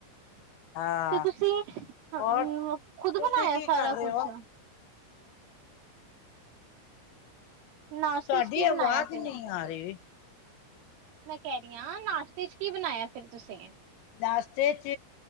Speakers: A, on the left; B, on the right.
A: ਹਾਂ
B: ਤੇ ਤੁਸੀਂ <unintelligible>
A: ਹੋਰ
B: ਖੁਦ
A: ਤੁਸੀਂ
B: ਬਣਾਯੈ
A: ਕੀ
B: ਸਾਰਾ
A: ਕਰ ਰਹੇ
B: ਕੁਛ?
A: ਹੋ
B: ਨਾਸ਼ਤੇ
A: ਤੁਹਾਡੀ
B: ਚ ਕੀ
A: ਆਵਾਜ਼
B: ਬਣਾਇਆ ਫੇਰ?
A: ਨਹੀਂ ਆ ਰਹੀ।
B: ਮੈਂ ਕੈ ਰੀ ਆਂ ਨਾਸ਼ਤੇ ਚ ਕੀ ਬਣਾਯੈ, ਫਿਰ ਤੁਸੀਂ?
A: ਨਾਸ਼ਤੇ ਚ